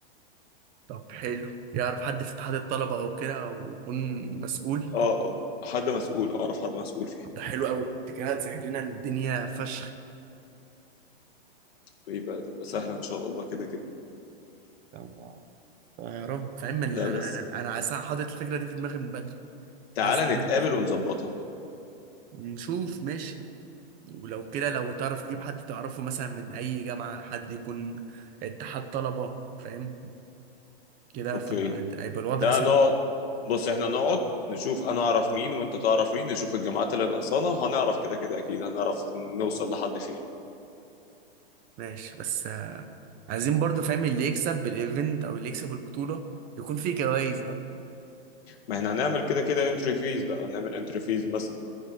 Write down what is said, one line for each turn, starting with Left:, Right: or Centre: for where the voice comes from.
Right: طب حلو يعرف حد في اتحاد الطلبه او كده او يكون مسؤول
Left: اه آه. حد مسؤول اعرف حد مسؤول فيها
Right: ده حلو قوي انت كده هتسهل لنا الدنيا فشخ
Left: ويبقى تبقى سهله ان شاء الله كده كده
Right: فاهم؟ يا رب فاهم انا
Left: لا بس
Right: انا انا أنا عايز- حاطط الفكره دي في دماغي من بدري
Left: تعالى
Right: عايز
Left: نتقابل
Right: عايز أنفذها.
Left: ونظبطها
Right: نشوف ماشي ولو كده لو تعرف تجيب حد تعرفه مثلا من اي جامعه حد يكون اتحاد طلبه فاهم كده
Left: اوكي
Right: فهيبقى الوضع
Left: ده
Right: سهل
Left: نقعد بص احنا نقعد نشوف انا اعرف مين وانت تعرف مين نشوف الجامعات اللي ناقصانا وهنعرف كده كده اكيد هنعرف نوصل لحد فيها
Right: ماشي بس عايزين برضو فاهم اللي يكسب الايفنت او اللي يكسب البطوله يكون فيه جوائز بقى
Left: ما احنا هنعمل كده كده انتري فيز بقى هنعمل انتري فيز بس